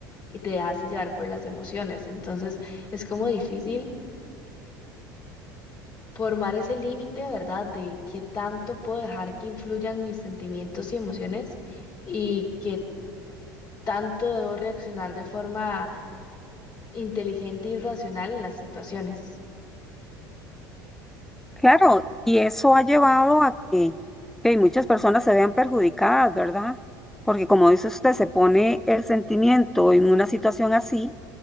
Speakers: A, on the left; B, in the centre.
A: y te dejas llevar por las emociones. Entonces es como difícil formar ese límite, ¿verdad? De qué tanto puedo dejar que influyan mis sentimientos y emociones y qué tanto debo reaccionar de forma inteligente y racional en las situaciones.
B: Claro, y eso ha llevado a que, que muchas personas se vean perjudicadas, ¿verdad? Porque como dice usted, se pone el sentimiento en una situación así